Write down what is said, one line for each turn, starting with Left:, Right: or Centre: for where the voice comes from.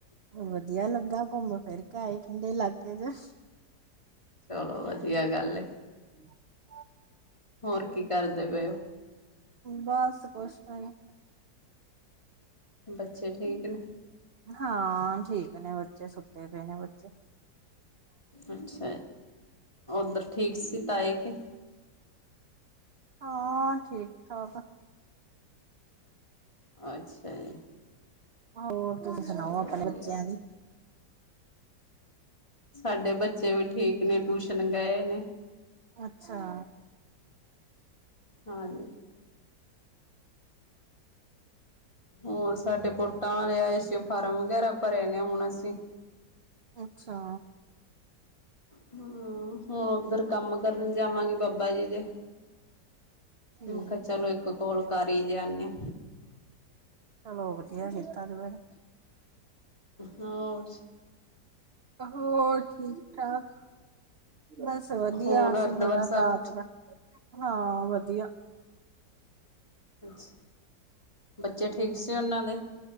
Right: ਵਧੀਆ ਲੱਗਾ ਘੁੰਮ ਫਿਰ ਕੇ ਆਏ ਠੰਡੇ ਇਲਾਕੇ ਚ।
Left: ਚਲੋ ਵਧੀਆ ਗੱਲ ਏ।
Right: <inaudible>
Left: ਹੋਰ ਕੀ ਕਰਦੇ ਪਏ ਓ।
Right: ਬਾਸ ਕੋਛ ਨੀ।
Left: ਬੱਚੇ ਠੀਕ ਨੇ।
Right: ਹਾਂ ਠੀਕ ਨੇ ਬੱਚੇ ਸੁੱਤੇ ਪਏ ਨੇ ਬੱਚੇ।
Left: ਅੱਛਾ ਓਧਰ ਠੀਕ ਸੀ ਤਾਏ ਕੇ।
Right: ਹਾਂ ਠੀਕ ਠਾਕ।
Left: ਅੱਛਾ ਜੀ।
Right: ਹੋਰ ਤੁਸੀ ਸੁਣਾਓ
Left: ਚਲੋ
Right: ਆਪਣੇ
Left: ਵਧੀਆ
Right: ਬੱਚਿਆਂ ਦੀ
Left: ਸਾਡੇ ਬੱਚੇ ਵੀ ਠੀਕ ਨੇ ਟੂਸ਼ਨ ਗਏ ਨੇ।
Right: ਅੱਛਾ।
Left: ਹਾਂਜੀ ਹੋਰ ਸਾਡੇ ਪੋਟਾਂ ਲਿਆਏ ਸੀ ਫਾਰਮ ਵਗੈਰਾ ਭਰੇ ਨੇ ਹੁਣ ਅਸੀਂ
Right: ਅੱਛਾ।
Left: ਹਮ ਹੁਣ ਉੱਧਰ ਕੰਮ ਕਰਨ ਜਾਵਾਂਗੀ ਬਾਬਾ ਜੀ ਦੇ।
Right: ਠੀਕ
Left: ਮੈਂ ਕਿਹਾ ਚਲੋ ਇੱਕ ਕੋਲ ਕਰ ਹੀ ਜਾਨੇ ਆ।
Right: ਚਲੋ ਵਧੀਆ ਕੀਤਾ ਤੇ ਫਿਰ
Left: ਹੋਰ।
Right: ਹੋਰ ਠੀਕ ਠਾਕ ਬਸ ਵਧੀਆ
Left: ਹੋਰ ਹਰਿਦੁਆਰ
Right: ਸੀਂ ਬ
Left: ਸਾਹਿਬ
Right: ਰਾਤ ਦਾ ਹਾਂ ਵਧੀਆ।
Left: ਅੱਛਾ ਬੱਚੇ ਠੀਕ ਸੀ ਉਹਨਾਂ ਦੇ।